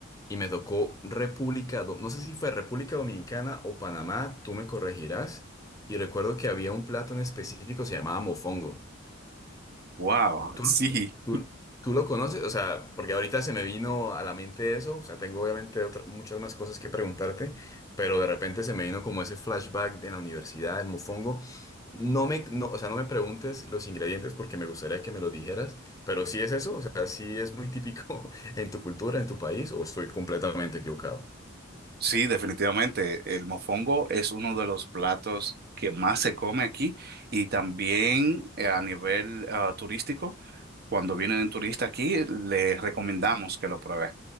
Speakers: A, on the left; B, on the right.
A: y me tocó República, Do- no sé si fue República Dominicana o Panamá, tú me corregirás. Y recuerdo que había un plato en específico, se llamaba mofongo.
B: Wow,
A: ¿Tú,
B: sí.
A: tú, tú lo conoces? O sea, porque ahorita se me vino a la mente eso, o sea, tengo obviamente otra- muchas más cosas que preguntarte, pero de repente se me vino como ese flashback de la universidad, el mofongo. No me, no, o sea, no me preguntes los ingredientes porque me gustaría que me lo dijeras, pero sí es eso, o sea, sí es muy típico <laughs> en tu cultura, en tu país, o estoy completamente equivocado.
B: Sí, definitivamente. El mofongo es uno de los platos que más se come aquí y también eh, a nivel ah, turístico, cuando vienen turistas aquí, les recomendamos que lo prueben.